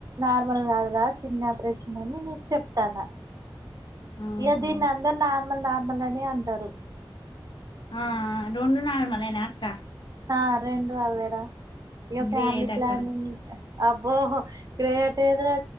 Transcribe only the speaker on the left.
ఆహా
ఆ రెండు నార్మల్ ఏనా అక్క
గ్రేట్
అక్క నువ్వు.